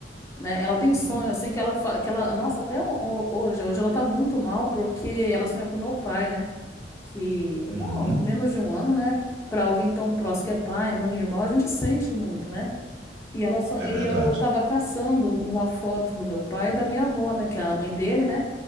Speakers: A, on the left; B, on the right.
A: né? Ela tem
B: Uhum.
A: um sonho, assim, que ela, fa- que ela, nossa, até o- o- hoje, hoje ela tá muito mal porque ela sonha com meu pai, né? Que,
B: Uhum.
A: não, menos de um ano, né? Pra alguém tão próximo que é pai, mãe, irmão, a gente sente muito, né? E ela só, e
B: É verdade.
A: eu tava caçando uma foto do meu pai e da minha avó, né? Que é a mãe dele, né?